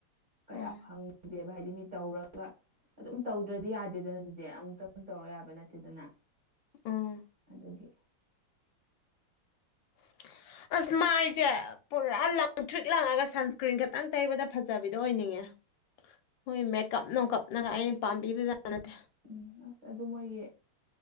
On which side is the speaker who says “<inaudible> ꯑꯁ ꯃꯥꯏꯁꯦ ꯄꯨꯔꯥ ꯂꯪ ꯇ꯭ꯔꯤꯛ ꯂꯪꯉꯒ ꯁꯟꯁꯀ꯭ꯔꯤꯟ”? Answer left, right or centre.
Left